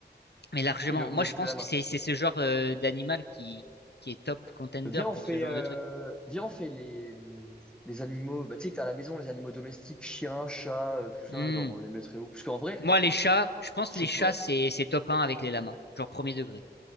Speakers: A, on the left; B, in the centre.
A: Mais largement,
B: Il est au même
A: moi
B: niveau
A: je
B: que
A: pense
B: le lama.
A: que c'est c'est ce genre euh, d'animal qui qui est top contender
B: Viens, on
A: pour
B: fait,
A: ce genre
B: euh,
A: de truc.
B: viens, on fait les, hum, les animaux. Bah, tu sais, t'as à la maison les animaux domestiques, chiens, chats, euh, tout ça.
A: Hmm.
B: Genre, on les mettrait où? Parce qu'en vrai,
A: Moi les chats, je pense
B: je
A: que
B: sais
A: les chats
B: pas.
A: c'est c'est top 1 avec les lamas, genre premier degré.